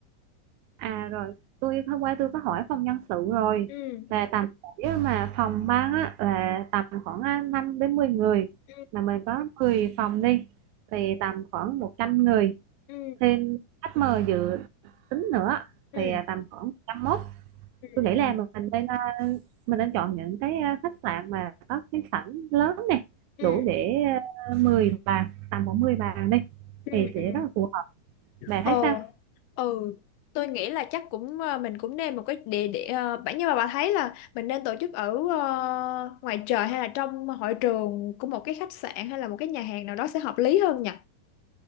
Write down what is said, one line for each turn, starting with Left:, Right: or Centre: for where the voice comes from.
Right: À rồi, tôi hôm qua tôi có hỏi phòng nhân sự rồi
Left: Ừ.
Right: là tầm nếu mà phòng ban á là tầm khoảng à, 5 đến mười người
Left: Ừ.
Right: mà mình có 10 phòng đi thì tầm khoảng một trăm người
Left: Ừ.
Right: thêm khách mời dự tính nữa
Left: Ừ.
Right: thì
Left: Ừ.
Right: à, tầm khoảng 101.
Left: Ừ.
Right: Tôi nghĩ
Left: Ừ.
Right: là mình nên à, mình nên chọn những cái à, khách sạn mà có cái sảnh lớn nè,
Left: ừ
Right: đủ để à, 10 bàn, tầm khoảng 10 bàn đi
Left: ừ
Right: thì sẽ
Left: ừ
Right: rất là phù hợp. Bà
Left: ờ
Right: thấy sao?
Left: ừ tôi nghĩ là chắc cũng ờ, mình cũng nên một cái địa điểm bản nhưng mà bà thấy là mình nên tổ chức ở ờ, ngoài trời hay là trong hội trường của một cái khách sạn hay là một cái nhà hàng nào đó sẽ hợp lý hơn nhỉ